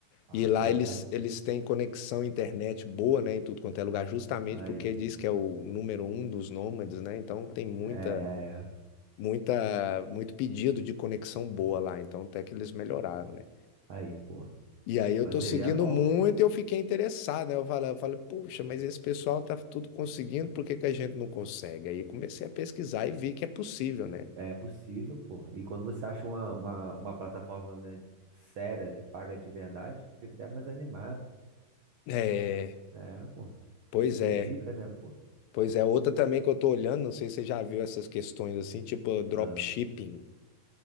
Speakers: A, on the right (about 70°); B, on the left (about 85°).
A: Ah,
B: e lá
A: qual
B: eles,
A: é?
B: eles têm conexão internet boa, né, em tudo quanto é lugar, justamente
A: Aí.
B: porque diz que é o número um dos nômades, né? Então tem muita
A: É, é, é.
B: muita, muito pedido de conexão boa lá, então até que eles melhoraram, né?
A: Aí, pô.
B: E aí eu
A: Mas
B: tô
A: seria
B: seguindo
A: bom.
B: muito e eu fiquei interessado, né? Eu falei, eu falei, puxa, mas esse pessoal tá tudo conseguindo, por que que a gente não consegue? Aí comecei a pesquisar e vi que é possível, né?
A: É possível, pô. E quando você acha uma, uma, uma plataforma, né, séria que paga de verdade, tu fica até mais animado.
B: É,
A: É, pô.
B: pois
A: Tu se dedica,
B: é.
A: né, pô?
B: Pois é, outra também que eu tô olhando, não sei se você já viu essas questões assim, tipo dropshipping.
A: Ah,